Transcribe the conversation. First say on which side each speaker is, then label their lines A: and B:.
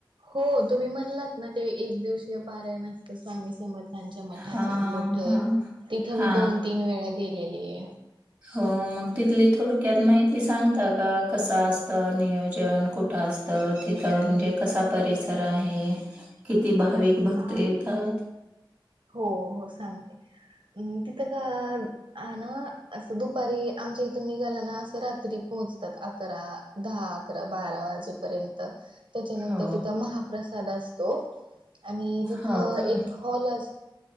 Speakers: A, on the right; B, on the right.
A: हो तुम्ही म्हणलात ना ते एक दिवशीय पारायन असतं स्वामी समर्थ त्यांच्या मठाच
B: हा
A: मोठ
B: हा
A: तिथं
B: हा
A: मी दोन तीन वेळा गेलेले.
B: हो मग तिथली थोडक्यात माहिती सांगता का कसं असतं, नियोजन कुठ? त, तिथ म्हणजे कसा परिसर आहे? भाविक भक्त
A: अ
B: येतात?
A: हो हो सांगते. तिथं का हा ना असं दुपारी आमच्या इथून निघाला ना असं रात्री पोहोचतात अकरा दहा अकरा बारा वाजेपर्यंत. त्याच्यानंतर
B: हो
A: तिथं महाप्रसाद असतो. आणि तिथं
B: हो का?
A: एक हॉल अस